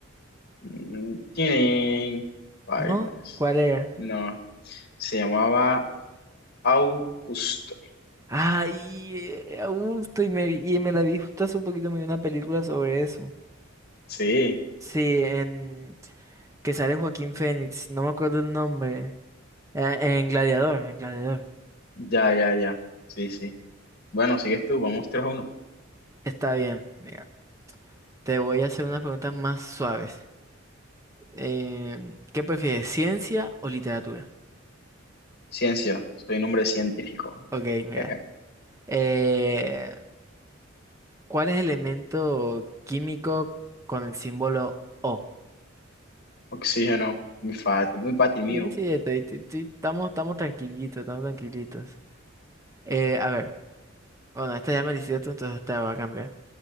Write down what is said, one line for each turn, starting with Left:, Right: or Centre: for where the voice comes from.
Left: Mm, Tienen bailas.
Right: ¿No? ¿Cuál era?
Left: No, se llamaba Augusto.
Right: Ah, y, eh, a gusto, y me, y me la vi justo hace un poquito, me vi una película sobre eso.
Left: Sí,
Right: Sí, en que sale Joaquín Phoenix, no me acuerdo el nombre. Eh, En Gladiador, en Gladiador.
Left: ya, ya, ya. Sí, sí. Bueno, sigues tú, vamos 3 a 1.
Right: Está bien, mira, te voy a hacer unas preguntas más suaves. Eh, ¿qué prefieres, ciencia o literatura?
Left: Ciencia, soy un hombre científico.
Right: Ok, mira.
Left: Jeje.
Right: Eh, ¿cuál es el elemento químico con el símbolo O?
Left: Oxígeno, muy fácil, muy fácil mío.
Right: Sí, sí, estoy, estoy- estoy- estamos, estamos tranquilitos, estamos tranquilitos. Eh, a ver, bueno, esta ya me la hiciste, entonces esta va a cambiar.